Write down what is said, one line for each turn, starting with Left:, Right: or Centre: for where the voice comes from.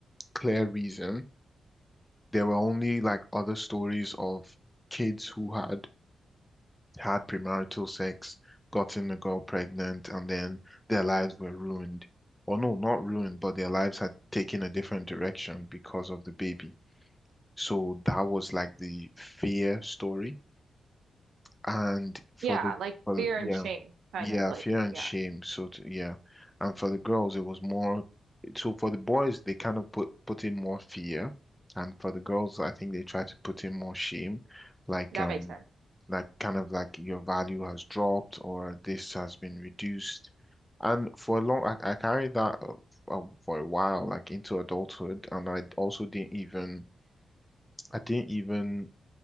Centre: clear reason. There were only like other stories of kids who had had premarital sex, gotten a girl pregnant, and then their lives were ruined. Or no, not ruined, but their lives had taken a different direction because of the baby. So that was like the fear story. And for
Right: Yeah,
Centre: the,
Right: like
Centre: for
Right: fear
Centre: the yeah,
Right: and shame, kind
Centre: yeah,
Right: of like,
Centre: fear and
Right: yeah,
Centre: shame. So t yeah, and for the girls, it was more. So for the boys, they kind of put put in more fear, and for the girls, I think they try to put in more shame, like
Right: that
Centre: um,
Right: makes sense.
Centre: like kind of like your value has dropped or this has been reduced, and for a long, I, I carried that uh, f- uh, for a while, like into adulthood, and I also didn't even I didn't even